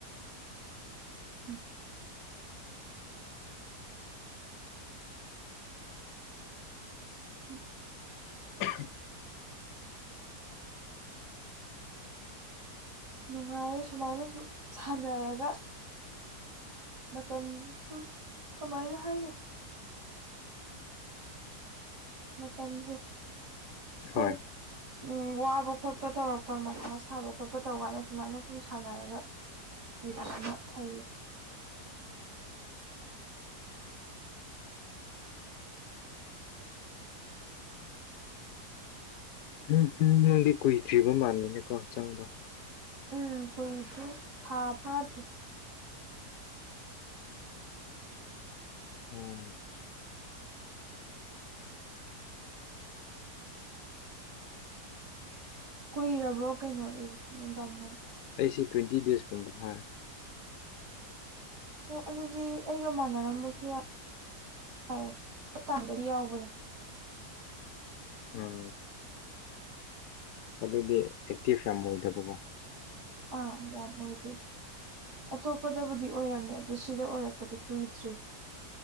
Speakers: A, on the right; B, on the left.
A: ꯎꯝ ꯎꯝ
B: <unintelligible>
A: ꯅꯨꯡꯉꯥꯏꯌꯦ ꯁꯨꯃꯥꯏꯅ ꯁꯨꯝ ꯁꯥꯟꯅꯔꯒ ꯃꯇꯝ ꯁꯨꯝ ꯀꯃꯥꯏꯅ ꯍꯥꯏꯅꯤ ꯃꯇꯝꯖꯦ ꯀꯣꯛ
B: ꯍꯣꯏ
A: ꯎꯝ ꯋꯥꯕ ꯈꯣꯠꯄ ꯇꯧꯔꯛꯄ ꯃꯊꯥ ꯁꯥꯕ ꯈꯣꯠꯄ ꯇꯧꯀꯥꯟꯗ ꯁꯨꯃꯥꯏꯅ ꯁꯨꯝ ꯁꯥꯟꯅꯔꯒ <unintelligible> ꯐꯩ
B: ꯎꯝ ꯍꯝ ꯅꯪꯗꯤ ꯀꯨꯏꯗ꯭ꯔꯤꯕ ꯃꯥꯜꯂꯤꯅꯦꯀꯣ ꯆꯪꯕ
A: ꯎꯝ ꯀꯨꯏꯗ꯭ꯔꯤ ꯊꯥ ꯐꯥꯗꯔꯤ
B: ꯎꯝ
A: ꯀꯨꯏꯔꯕ꯭ꯔꯣ ꯀꯩꯅꯣꯒꯤ <unintelligible>
B: ꯑꯩꯁꯤ ꯇ꯭ꯋꯦꯟꯇꯤ ꯗꯦꯖꯀꯨꯝꯕ ꯐꯥꯔꯦ
A: ꯑꯣ ꯑꯗꯨꯗꯤ ꯑꯩꯒ ꯃꯥꯟꯅꯔꯝꯕꯁꯨ ꯌꯥꯏ ꯌꯥꯔꯦ <unintelligible> ꯌꯥꯎꯕꯅꯦ
B: ꯑ ꯑꯗꯨꯗꯤ ꯑꯦꯛꯇꯤꯞ ꯌꯥꯝ ꯑꯣꯏꯗꯕꯒꯣ
A: ꯑꯥ ꯌꯥꯝ ꯇꯦ <unintelligible> ꯑꯇꯣꯞꯄꯗꯒꯗꯤ ꯑꯣꯏꯔꯝꯃꯦ ꯑꯗꯨ ꯁꯤꯗ ꯑꯣꯏꯔꯛꯄꯗꯤ ꯀꯨꯏꯗ꯭ꯔꯤ